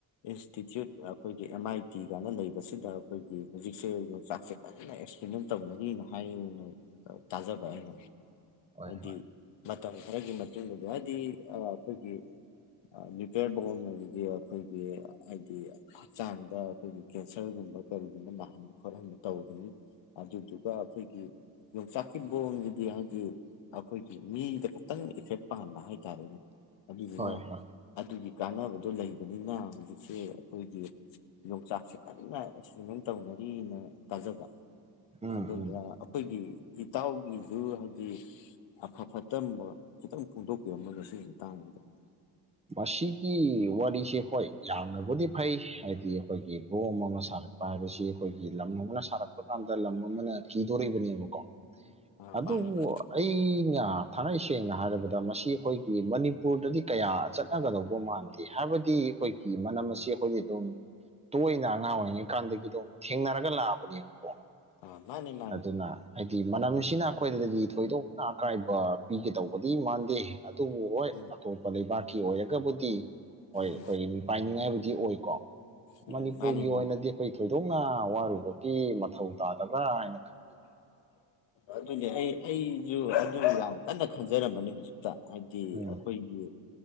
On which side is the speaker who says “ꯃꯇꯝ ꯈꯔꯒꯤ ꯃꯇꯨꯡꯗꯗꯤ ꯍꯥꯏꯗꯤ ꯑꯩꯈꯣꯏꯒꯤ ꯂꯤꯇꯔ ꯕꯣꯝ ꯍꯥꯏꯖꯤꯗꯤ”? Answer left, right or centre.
Left